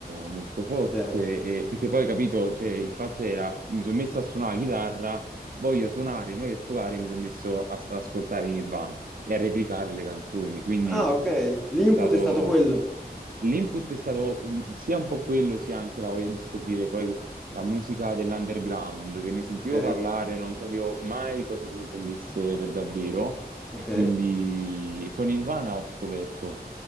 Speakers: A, on the right; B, in the centre.
A: molto forte.
B: certo.
A: e- perché poi, capito, cioè, il fatto era, mi sono messo a suonare la chitarra, voglio suonare, mi voglio sfogare, mi sono messo a- ad ascoltare Nirvana e a replicare le canzoni. Quindi
B: Ah, ok. L'input
A: è stato...
B: è stato quello.
A: L'input è stato mm, sia un po' quello, sia anche la voglia di scoprire poi la musica dell'underground, che ne sentivo
B: Ok,
A: parlare, non capivo mai cosa si intendesse per davvero, e
B: ok.
A: quindi con Nirvana l'ho scoperto.